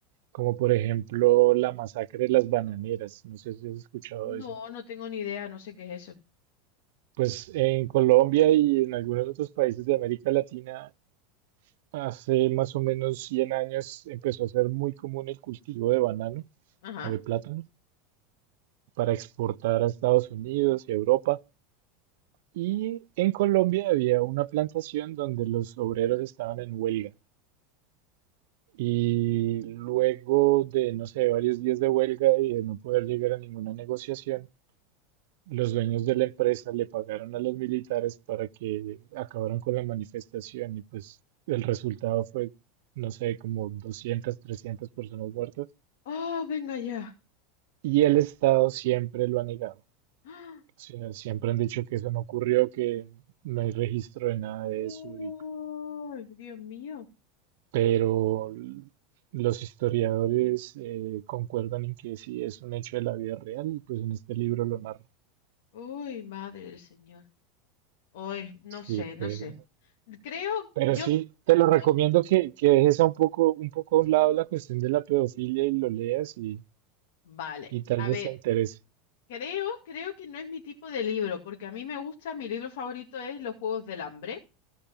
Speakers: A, on the right; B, on the left.
A: como por ejemplo la masacre de las bananeras. No sé si has escuchado
B: No,
A: eso.
B: no tengo ni idea, no sé qué es eso.
A: Pues en Colombia y en algunos otros países de América Latina, hace más o menos 100 años empezó a ser muy común el cultivo de banano
B: Ajá.
A: o de plátano para exportar a Estados Unidos y Europa. Y en Colombia había una plantación donde los obreros estaban en huelga. Y luego de, no sé, varios días de huelga y de no poder llegar a ninguna negociación, los dueños de la empresa le pagaron a los militares para que acabaran con la manifestación y pues el resultado fue, no sé, como 200 300 personas muertas.
B: ¡Oh, venga ya!
A: Y el Estado siempre lo ha negado.
B: ¡Ah!
A: O sea, siempre han dicho que eso no ocurrió, que no hay registro de nada
B: ¡Ay,
A: de eso y
B: Dios mío!
A: pero los historiadores eh, concuerdan en que sí es un hecho de la vida real y pues en este libro lo narra.
B: ¡Uy, madre del Señor! ¡Uy, no
A: Sí,
B: sé, no
A: fue.
B: sé! Creo,
A: Pero
B: yo,
A: sí, te lo recomiendo
B: yo,
A: que, que dejes a un poco, un poco a un lado la cuestión de la pedofilia y lo leas y,
B: vale.
A: y tal
B: A
A: vez
B: ver,
A: te interese.
B: Creo, creo que no es mi tipo de libro, porque a mí me gusta, mi libro favorito es Los Juegos del Hambre.